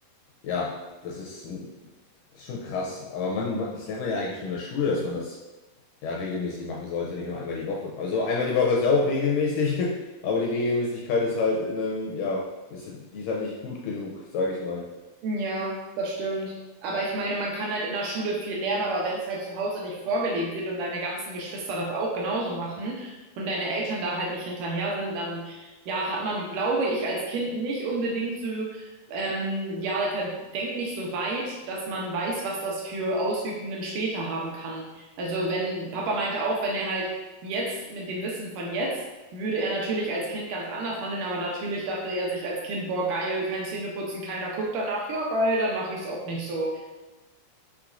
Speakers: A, on the left; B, on the right.
A: ja, das ist, ein- das ist schon krass. Aber man, man- das lernt man ja eigentlich schon in der Schule, dass man das ja regelmäßig machen sollte, nicht nur einmal die Woche. Also einmal die Woche ist ja auch regelmäßig, <laughs> aber die Regelmäßigkeit ist halt in einem, ja, ist, die ist halt nicht gut genug, sage ich mal.
B: Ja, das stimmt. Aber ich meine, man kann halt in der Schule viel lernen, aber wenn es halt zu Hause nicht vorgelebt wird und deine ganzen Geschwister das auch genauso machen und deine Eltern da halt nicht hinterher sind, dann ja, hat man, glaube ich, als Kind nicht unbedingt so, ähm, ja, kann- denkt nicht so weit, dass man weiß, was das für Auswirkungen später haben kann. Also wenn, Papa meinte auch, wenn er halt Jetzt, mit dem Wissen von jetzt, würde er natürlich als Kind ganz anders handeln, aber natürlich dachte er sich als Kind, boah, geil, kein Zähneputzen, keiner guckt danach, ja, geil, dann mache ich es auch nicht so.